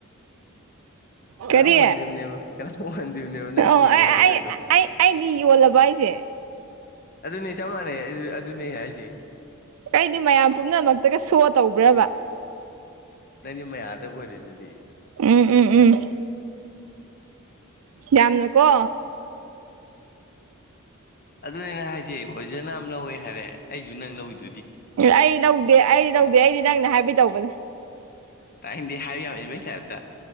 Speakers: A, on the left; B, on the right.
A: ꯀꯅꯥꯝ
B: ꯀꯔꯤ
A: ꯎꯍꯟꯗ꯭ꯔꯤꯕꯅꯦꯕ ꯀꯅꯥꯝ ꯎꯍꯟꯗ꯭ꯔꯤꯕꯅꯦꯕ
B: ꯑꯣ
A: ꯅꯪ ꯊꯦꯡꯗꯅꯒ
B: ꯑꯩ ꯑꯩ
A: ꯇꯧꯔꯤꯗꯣ꯫
B: ꯑꯩ ꯑꯩꯗꯤ ꯌꯣꯜꯂꯕ ꯍꯥꯏꯁꯦ
A: ꯑꯗꯨꯅꯤ ꯆꯞ ꯃꯥꯟꯅꯩ ꯑꯗꯨꯅꯤ ꯑꯩ ꯍꯥꯏꯁꯦ꯫
B: ꯑꯩꯗꯤ ꯃꯌꯥꯝ ꯄꯨꯝꯅꯃꯛꯇꯒ ꯁꯣ ꯇꯧꯕ꯭ꯔꯕ꯫
A: ꯅꯪꯗꯤ ꯃꯌꯥꯝꯗ ꯑꯣꯏꯔꯤꯗꯨꯗꯤ꯫
B: ꯎꯝ ꯎꯝ ꯎꯝ ꯌꯥꯝꯅꯀꯣ꯫
A: ꯑꯗꯨꯅꯤ ꯑꯩꯅ ꯍꯥꯏꯁꯦ ꯑꯣꯖꯅꯥꯝ ꯂꯧꯋꯦ ꯍꯥꯏꯔꯦ ꯑꯩꯁꯨ ꯅꯪ ꯂꯧꯋꯤꯗ꯫
B: ꯑꯩ ꯂꯧꯗꯦ ꯑꯩꯗꯤ ꯂꯧꯗꯦ ꯑꯩꯗꯤ ꯅꯪꯅꯦ ꯍꯥꯏꯕꯩ ꯇꯧꯕꯅꯦ꯫
A: ꯇꯥꯛꯏꯅꯤꯡꯗꯦ ꯍꯥꯏꯕ ꯌꯥꯝ ꯏꯟꯕꯩ ꯇꯥꯏꯞꯇ